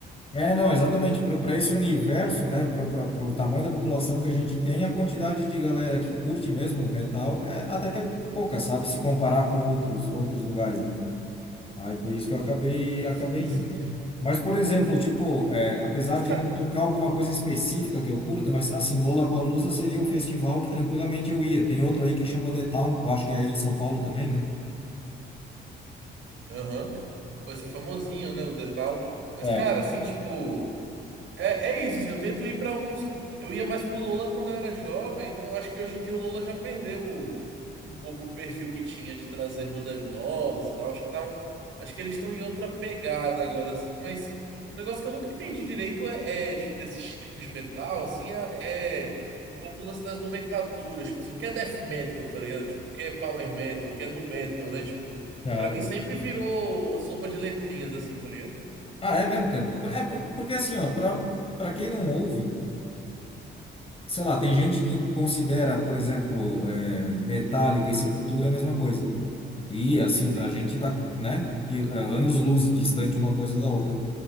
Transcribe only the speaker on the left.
É, não, exatamente. Para esse universo, né, para o tamanho da população que a gente tem, a quantidade de galera que curte mesmo metal é até que é pouca, sabe? Se comparar com outros outros lugares, né? Aí por isso que eu acabei acabei
indo. Mas, por exemplo, tipo, é, apesar
de não tocar alguma coisa específica que eu curta, mas assim, Lollapalooza seria um festival que tranquilamente eu ia. Tem outro aí que chama The Town, eu acho que é aí em São Paulo também, né?
É.
Aham.
Ah, é mesmo, cara? É por- porque assim, ó, para para quem não ouve. sei lá, tem gente que considera, por exemplo, eh, Metallica e Sepultura a mesma coisa. E assim,
pra gente tá, né, que, eh, anos-luz distante uma coisa da outra.